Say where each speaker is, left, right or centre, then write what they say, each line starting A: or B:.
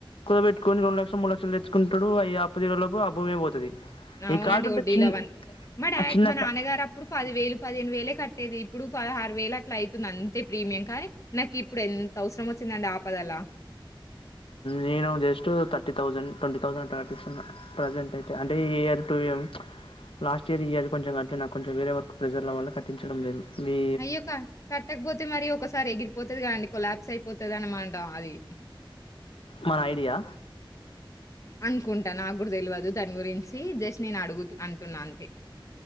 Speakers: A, on the left; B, on the left.
A: పెట్టుకని రండు లక్షల మూ లక్షలు తెచ్చుకుంటడు అ ఆపదల లోపు అభోమే పోతుది
B: అవునండి.
A: ఈకాడుంట
B: వడ్డీలవన్నీ.
A: చిన్
B: మా డాడీ
A: ఆ చిన్న
B: మా నాన్నగారు
A: కా
B: అప్పుడు పది వేలు పదిహేను వేలే కట్టేది ఇప్పుడు పదహరు వేల అట్లా అవుతుంది అంతే ప్రీమియం కానీ నాకు ఇప్పుడు ఎంత అవసరం వ చినండి ఆపదలా
A: నేను just thirty thousand twenty thousand అట్ట కట్టిస్తున్నా ప్రజెంట్ అయితే అంటే ఈ year two year last year ఇయాలి కొంచం అట్ నా కొెం వేరే వకు ప్రెజర్ల వల్ల కటించడం లేదు మీ
B: అయ్యోక కట్టకపోతే మరి ఒకసారి ఎగిరిపోతుది కదండి కొలాప్స్ అయిపోతద అనమాంటం అది
A: మన అఐడయా
B: అనుకుంటాను నాకు కూడా తెలియదు దని గురించి జస్ట్ నేను అడుగు అంటున్నా అంతే